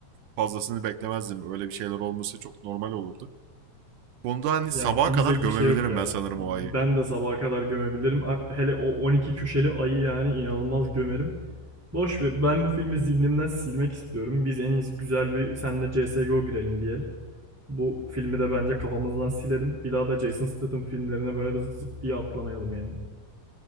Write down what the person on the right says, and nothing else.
fazlasını beklemezdim. Öyle bir şeyler olması çok normal olurdu konuda hani
sabaha
kadar gömebilirim
ben sanırım
o ayı.